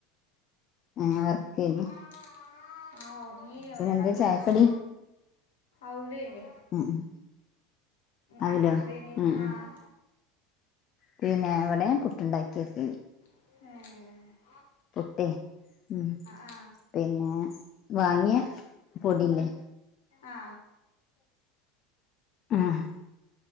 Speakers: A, on the left (about 40°); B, on the left (about 70°).
A: ഏഹ്
B: ഉം
A: വർക്കേനി
B: ആഹ് ഉറങ്ങീനി
A: പിന്നെ
B: രണ്ടാമത്
A: എന്താ
B: നീച്ചി
A: ചായക്കടി
B: ഔലേനി
A: ഉം ഉം അവലോ
B: അനക്കെന്തേനി
A: ഉം
B: ആഹ്
A: ഉം പിന്നെ അവിടേം പുട്ടുണ്ടാക്കി എത്തി
B: ഏഹ്
A: പുട്ടേ ഉം
B: ആ
A: പിന്നെ വാങ്ങിയ പൊടില്ലേ
B: ആ
A: ആഹ്